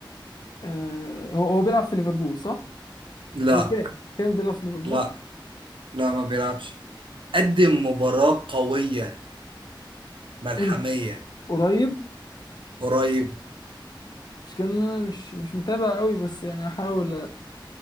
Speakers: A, on the left (about 55°); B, on the right (about 80°).
A: آه هو هو بيلعب في ليفربول صح
B: لا
A: او كان كان بيلعب في ليفربول
B: لا لا ما بيلعبش قدم مباراة قوية ملحمية
A: امتى قريب
B: قريب
A: مش كان انا مش مش متابع قوي بس يعني احاول